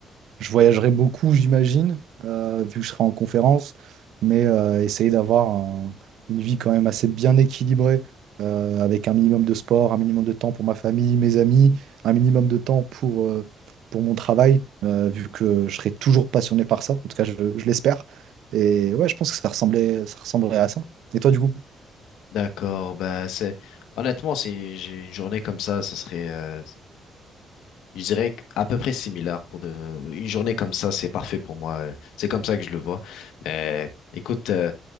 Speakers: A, on the right (about 75°); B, on the left (about 85°).
A: je voyagerai beaucoup, j'imagine, euh, vu que je serai en conférence, mais euh, essayer d'avoir un- une vie quand même assez bien équilibrée, euh, avec un minimum de sport, un minimum de temps pour ma famille, mes amis, un minimum de temps pour, euh, pour mon travail, euh, vu que je serai toujours passionné par ça, en tout cas je, je l'espère. Et ouais, je pense que ça ressemblait, ça ressemblerait à ça. Et toi, du coup?
B: D'accord, bah c'est honnêtement c'est j'ai une journée comme ça, ça serait euh, je dirais qu- à peu près similaire pour de une journée comme ça, c'est parfait pour moi. euh, C'est comme ça que je le vois. Mais écoute, euh,